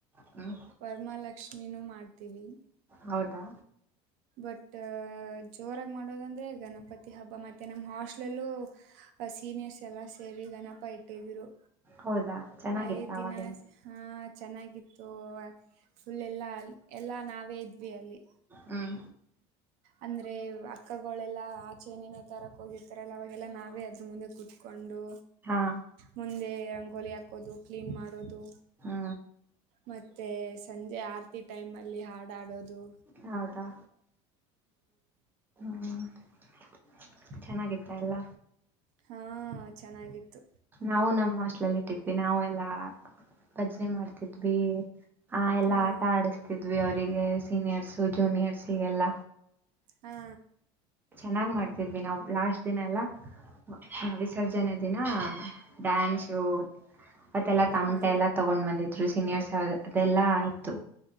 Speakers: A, on the right (about 15°); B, on the right (about 65°).
A: ಹ್ಮ್
B: ವರಮಹಾಲಕ್ಷ್ಮಿನ್ನು ಮಾಡ್ತೀವಿ
A: ಹೌದಾ
B: ಬಟ್ ಜೋರಾಗಿ ಮಾಡೋದಂದ್ರೆ ಗಣಪತಿ ಹಬ್ಬ ಮತ್ತೆ ನಮ್ಮ ಹಾಸ್ಟ್ಲಲ್ಲೂ ಸೀನಿಯರ್ಸ್ ಎಲ್ಲಾ ಸೇರಿ ಗಣಪ ಇಟ್ಟಿದ್ರು
A: ಹೌದಾ ಚೆನ್ನಾಗಿತ್ತ
B: ಐದ್ ದಿನ
A: ಅವಾಗೆಲ್ಲ
B: ಹ ಚೆನ್ನಾಗಿತ್ತು ಫುಲ್ ಎಲ್ಲ ಎಲ್ಲಾ ನಾ ನಾವೇ ಇದ್ವಿ ಅಲ್ಲಿ
A: ಹ್ಮ್
B: ಅಂದ್ರೆ ಅಕ್ಕಗಳೆಲ್ಲ ಆಚೆನೇನೋ ತರಕ್ ಹೋಗಿರ್ತಾರಲ್ಲ ಅವಾಗೆಲ್ಲಾ ನಾವೇ ಅದ್ರ ಮುಂದೆ ಕುತ್ಕೊಂಡು
A: ಹಾ
B: ಮುಂದೆ ರಂಗೋಲಿ ಹಾಕೋದು ಕ್ಲೀನ್ ಮಾಡೋದು
A: ಹಾ
B: ಮತ್ತೆ ಸಂಜೆ ಆರತಿ ಟೈಮ್ ಅಲ್ಲಿ ಹಾಡಾಡೋದು
A: ಹೌದಾ ಹಾ ಚೆನ್ನಾಗಿತ್ತ ಎಲ್ಲ
B: ಹಾ ಚೆನ್ನಾಗಿತ್ತು
A: ನಾವು ನಮ್ಮ ಹಾಸ್ಟ್ಲಲ್ಲಿ ಇಟ್ಟಿದ್ವಿ ನಾವೆಲ್ಲಾ ಭಜನೆ ಮಾಡ್ತಿದ್ವಿ ಆ ಎಲ್ಲಾ
B: ಹಾ
A: ಆಟ ಆಡಸ್ತಿದ್ವಿ ಅವ್ರ ಅವರಿಗೆ ಸೀನಿಯರ್ಸ್ ಜೂನಿಯರ್ಸ್ಗೆಲ್ಲ
B: ಹಾ
A: ಚೆನ್ನಾಗ್ ಮಾಡ್ತಿದ್ವಿ ನಾವು ಲಾಸ್ಟ್ ದಿನ ಎಲ್ಲ ಹಾ ವಿಸರ್ಜನೆ ದಿನ ಡ್ಯಾನ್ಸು ಮತ್ತೆಲ್ಲಾ ತಮಟೆ
B: ಹಾ
A: ಎಲ್ಲ ತಗೊಂಡ್ ಬಂದಿದ್ರು ಸೀನಿಯರ್ಸ್ ಅದೆಲ್ಲಾ ಆಯ್ತು